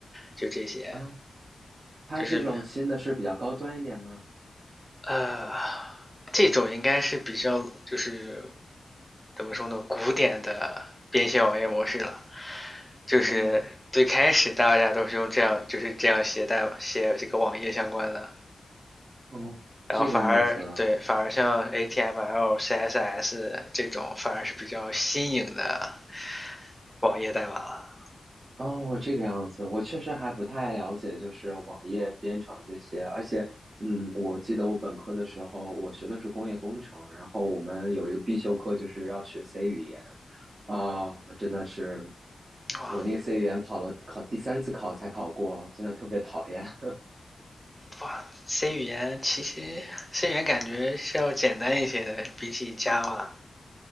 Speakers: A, in the centre; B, on the right (about 45°).
A: 就这些。
B: 啊，它这种新的是比较高端一点吗？
A: 就是呃，这种应该是比较就是怎么说呢，古典的编写网页模式了。就是最开始大家都是用这样，
B: 哦
A: 就是这样写代码写这个网页相关的，
B: 哦，
A: 然后反而对，
B: 这个样子。
A: 反而像 A t m l CSS 这种反而是比较新颖的网页代码了。
B: 哦，这个样子，我确实还不太了解，就是网页编程这些。而且，嗯，我记得我本科的时候，我学的是工业工程，然后我们有一个必修课就是要学 C 语言，啊、真的是，
A: 哇
B: 我那个 C 语言考了考第三次考才考过，真的特别讨厌。<laughs>
A: 哇，C 语言其实 C 语言感觉是要简单一些的，比起 Java，